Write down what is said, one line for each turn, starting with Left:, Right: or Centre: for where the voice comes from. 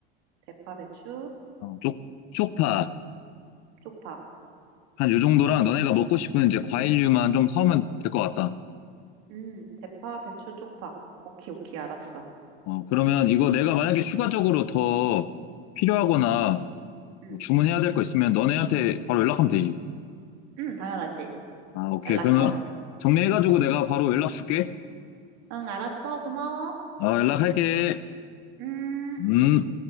Right: 대파, 배추,
Left: 어, 쪽 쪽파
Right: 쪽파.
Left: 한 요 정도랑 너네가 먹고 싶은 이제 과일류만 좀 사오면 될 것 같다.
Right: 음, 대파, 배추, 쪽파. 오케이, 오케이, 알았어.
Left: 어, 그러면 이거 내가 만약에 추가적으로 더 필요하거나
Right: 음, 음,
Left: 뭐 주문해야 될 거 있으면 너네한테 바로 연락하면 되지.
Right: 음, 당연하지.
Left: 아, 오케이.
Right: 연락
Left: 그러면
Right: 줘.
Left: 정리해가지고 내가 바로 연락 줄게.
Right: 응, 알았어. 고마워.
Left: 아, 연락할게.
Right: 음.
Left: 음.